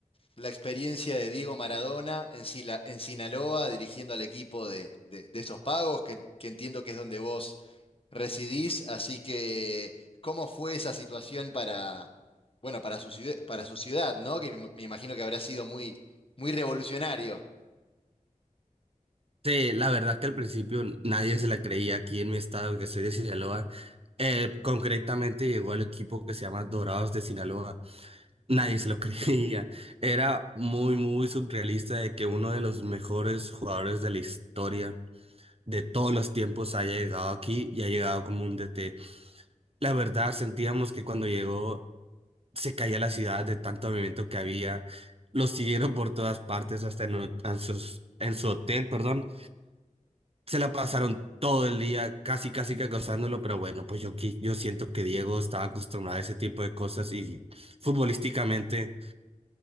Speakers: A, on the left (about 45°); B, on the right (about 45°).
A: la experiencia de Diego Maradona en, Sila- en Sinaloa, dirigiendo al equipo de, de- de esos pagos, que, que entiendo que es donde vos residís. Así que, ¿cómo fue esa situación para, bueno, para su ciudad, para su ciudad, ¿no? Que me, me imagino que habrá sido muy, muy revolucionario.
B: Sí, la verdad que al principio nadie se la creía aquí en mi estado, que soy de Sinaloa. Eh, concretamente llegó el equipo que se llama Dorados de Sinaloa. Nadie se lo <laughs> creía. Era muy, muy surrealista de que uno de los mejores jugadores de la historia de todos los tiempos haya llegado aquí y ha llegado como un DT. La verdad, sentíamos que cuando llegó se caía la ciudad de tanto movimiento que había. Lo siguieron por todas partes, hasta en, o- en sus- en su hotel, perdón se la pasaron todo el día casi, casi que acosándolo, pero bueno, pues yo, qui- yo siento que Diego estaba acostumbrado a ese tipo de cosas y futbolísticamente